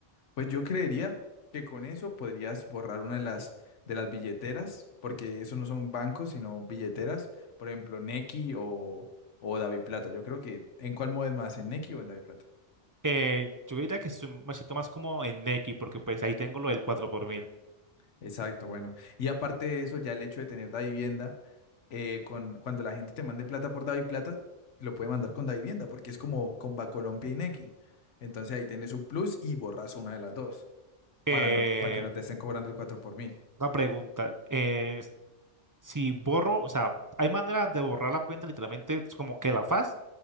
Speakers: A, on the left; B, on the right.
A: Pues yo creería que con eso podrías borrar una de las, de las billeteras, porque eso no son bancos, sino billeteras. Por ejemplo, Nequi o, o Daviplata. Yo creo que, ¿en cuál mueves más? ¿En Nequi o en Daviplata?
B: Eh, yo diría que estoy- me siento más como en Nequi porque pues ahí tengo lo del 4 por mil.
A: Exacto, bueno. Y aparte de eso, ya el hecho de tener Davivienda, eh, con, cuando la gente te mande plata por Daviplata, lo puede mandar con Davivienda, porque es como con Bancolombia y Nequi. Entonces ahí tienes un plus y borras una de las dos,
B: Eh,
A: para, no, para que no te estén cobrando el 4 por mil.
B: una pregunta, eh, si borro, o sea, ¿hay manera de borrar la cuenta literalmente es como que la faz,